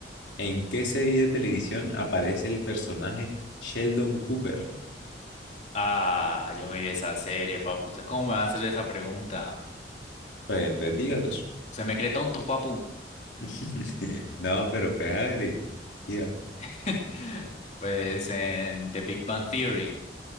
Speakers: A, on the left; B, on the left.
A: ¿En qué serie de televisión aparece el personaje Sheldon Cooper?
B: Ah, yo me vi esa serie, papu. ¿Usted cómo me va a hacer esa pregunta?
A: Pues entonces digas eso.
B: Se me cree tonto, papu.
A: <laughs> No, pero pues hágale. Tío,
B: <laughs> Pues en The Big Bang Theory.